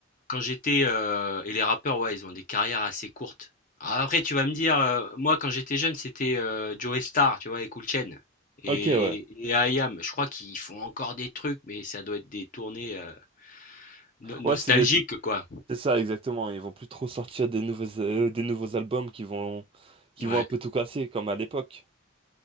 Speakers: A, on the left; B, on the right.
A: quand j'étais, heu et les rappeurs, ouais, ils ont des carrières assez courtes. Alors après, tu vas me dire, heu, moi, quand j'étais jeune, c'était, heu, Joey Starr, tu vois? Et Kool Chain et
B: Ok, ouais.
A: et et IAM. Je crois qu'ils font encore des trucs, mais ça doit être des tournées, heu, no nostalgiques,
B: Ouais, c'est des,
A: quoi.
B: C'est ça, exactement. Ils vont plus trop sortir des nouveaux, euh, des nouveaux albums qui vont, qui
A: Ouais,
B: vont un peu tout casser, comme à l'époque.